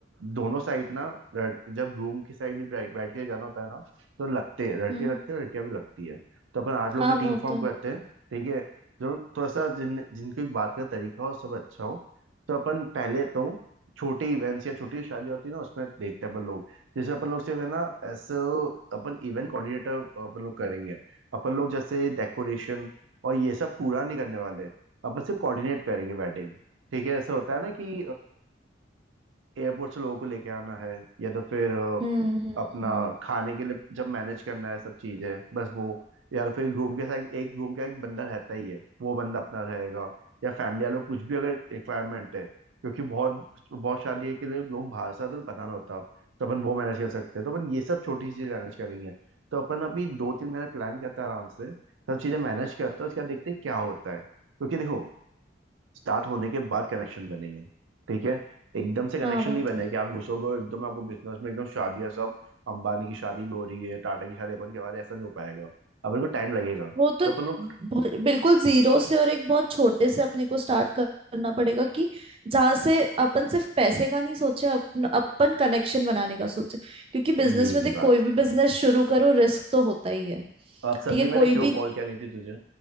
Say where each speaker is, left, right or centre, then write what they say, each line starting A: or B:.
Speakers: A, on the right; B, on the right.
A: दोनों साइड ना लड़- जब रूम की साइड बैठ बैठ के जाना होता है ना तो लगते हैं लड़के
B: हम्म
A: लगते हैं लड़कियां भी लगती है तो अपन आठ लोगों
B: हाँ
A: की
B: वो
A: टीम फॉर्म
B: तो
A: करते हैं ठीक है जो थोड़ा सा जिन जिनकी बात का तरीका हो सब अच्छा हो तो अपन पहले तो छोटे इवेंट्स या छोटी शादी होती है ना उसमें देखते हैं अपन लोग जैसे अपन लोग से ना ऐसे अपन इवेंट कोऑर्डिनेटर अपन लोग करेंगे अपन लोग जैसे डेकोरेशन और ये सब पूरा नहीं करने वाले अपन सिर्फ कोऑर्डिनेट करेंगे वेडिंग ठीक है ऐसा होता है ना कि एयरपोर्ट से लोगों को लेके आना है या तो फिर अ,
B: हम्म हम्म
A: अपना
B: हम्म
A: खाने के लिए जब मैनेज करना है सब चीजें बस वो या तो फिर रूम के साथ एक रूम का एक बंदा रहता ही है वो बंदा अपना रहेगा या फैमिली वालों को कुछ भी अगर रिक्वायरमेंट है क्योंकि बहुत बहुत शादी के लिए लोग बाहर से आते हैं, तो पता ना होता तो अपन वो मैनेज कर सकते हैं तो अपन ये सब छोटी चीजें मैनेज करेंगे तो अपन अभी दो तीन महीने प्लान करते हैं आराम से सब चीजें मैनेज करते हैं उसके बाद देखते हैं क्या होता है क्योंकि देखो स्टार्ट होने के बाद कनेक्शन बनेंगे ठीक है एकदम से कनेक्शन
B: हाँ वो
A: नहीं बन
B: तो
A: जाए कि आप घुसोगे और एकदम आपको बिजनेस में एकदम शादियां सब अंबानी की शादी भी हो रही है टाटा की शादी अपन के बारे ऐसा नहीं हो पाएगा अपन को टाइम लगेगा
B: वो तो
A: तो अपन लोग
B: ब- बिल्कुल जीरो से और एक बहुत छोटे से अपने को स्टार्ट करना पड़ेगा कि जहां से अपन सिर्फ पैसे का नहीं सोचे अपन अपन कनेक्शन बनाने का सोचे क्योंकि बिजनेस
A: यही
B: में देख
A: बात
B: कोई भी बिजनेस शुरू करो रिस्क तो होता ही है
A: आप समझी
B: ठीक है
A: मैंने
B: कोई
A: क्यों
B: भी
A: कॉल किया नहीं थी तुझे